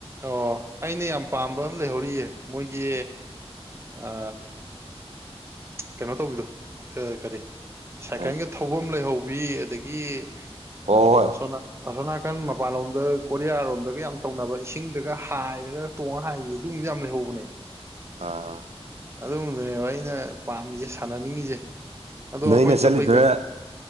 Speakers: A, on the right; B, on the right.
A: ꯑꯣ ꯑꯩꯅ ꯌꯥꯝ ꯄꯥꯝꯕ ꯑꯃ ꯂꯩꯍꯧꯔꯤꯌꯦ ꯃꯣꯏꯒꯤ ꯑ ꯀꯩꯅꯣ ꯇꯧꯕꯤꯗꯣ ꯀꯔꯤ
B: ꯋꯥꯅꯤ
A: ꯁꯥꯏꯀꯜꯒꯤ ꯊꯧꯐꯝ ꯂꯩꯍꯧꯕ ꯀꯏꯤ ꯑꯗꯒꯤ
B: ꯍꯣꯏ
A: ꯑ
B: ꯍꯣꯏ
A: ꯑꯁꯅꯥ ꯑꯁꯣꯅꯥ ꯃꯄꯥꯟ ꯑꯣꯏ ꯀꯔꯤꯌꯥ ꯒ ꯌꯥꯝ ꯇꯧꯅꯕ ꯏꯁꯤꯡ ꯑꯗꯨꯒ ꯍꯥꯏꯔꯒ ꯇꯣꯡꯉꯒ ꯍꯥꯏꯕꯁ ꯑꯗꯨꯒꯨꯝꯕꯁ ꯌꯥꯝ ꯂꯩꯍꯧꯕꯅꯦ
B: ꯑꯥ
A: ꯑꯗꯨꯨꯝꯕꯗꯨꯅꯦꯕ ꯑꯩꯅ ꯄꯥꯝꯃꯤꯁꯦ ꯁꯥꯟꯅꯅꯤꯡꯉꯤꯁꯦ ꯑꯗꯣ
B: ꯅꯣꯏꯅ
A: ꯑꯩꯈꯣꯏꯅ
B: ꯆꯠꯂꯤꯗꯨꯅ
A: ꯆꯠꯄꯩ ꯀ